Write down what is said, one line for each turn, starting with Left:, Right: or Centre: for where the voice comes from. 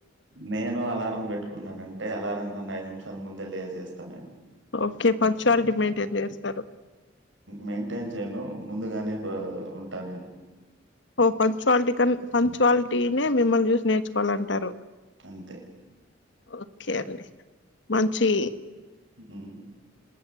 Right: నేను అలారం పెట్టుకున్నానంటే అలారం <unintelligible> ఐదు నిమిషాల ముందే లేేసేస్తాను నేను
Left: ఓకే పంక్చువాలిటీ మెయింటైన్ చేస్తారు
Right: మెయింటైన్ చేయను ముందుగానే ఉంటా నేను
Left: పంక్చువాలిటీ క పంక్చువాలిటీ నే మీ మిమ్మలిని చూస్ నేర్చుకోవాలంటారు
Right: అంతే.
Left: ఓకే అండి మంచి
Right: హ్మ్